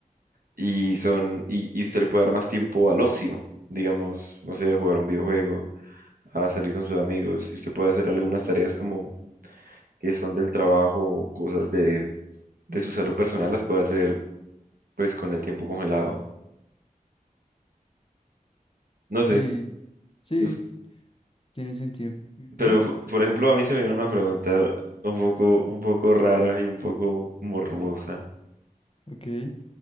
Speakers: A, on the right (about 85°); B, on the left (about 40°).
A: y son, y, y usted le puede dar más tiempo al ocio, digamos, no sé, a jugar un videojuego a salir con sus amigos y usted puede hacer algunas tareas como que son del trabajo o cosas de, de su salud personal, las puede hacer pues con el tiempo congelado. No
B: Sí,
A: sé,
B: sí,
A: us-
B: tiene sentido. Dígame.
A: pero p- por ejemplo a mí se me viene una pregunta un poco, un poco rara y un poco morbosa.
B: Ok.